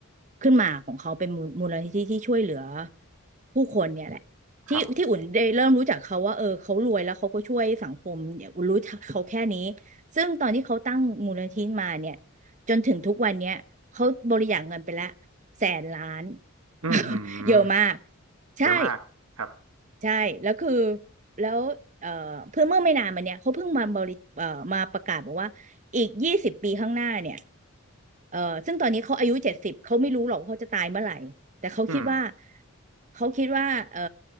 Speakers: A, on the right; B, on the right.
A: ขึ้นมาของเขาเป็นมูมูลนิธิที่ช่วยเหลือผู้คนเนี่ยแหละ ที่ที่อุ่นได้เริ่มรู้จักเขาว่าเออเขารวยแล้วเขาก็ช่วยสังคมเนี่ยอุ่นรู้จักเขาแค่นี้
B: ครับ
A: ซึ่งตอนที่เขาตั้งมูลนิธิมาเนี่ยจนถึงทุกวันเนี้ยเขาบริจาคเงินไปละแสนล้าน
B: อืมหืม
A: <laughs> เยอะมากใช่
B: เยอะมากครับ
A: ใช่แล้วคือแล้วเอ่อเพื่อเมื่อไม่นานมาเนี่ยเขาเพิ่งมาบริเอ่อมาประกาศบอกว่าอีกยี่สิบปีข้างหน้าเนี่ยเอ่อซึ่งตอนนี้เขาอายุเจ็ดสิบเขาไม่รู้หรอกว่าเขาจะตายเมื่อไหร่แต่เขาคิดว่า
B: อืม
A: เขาคิดว่าเอ่อ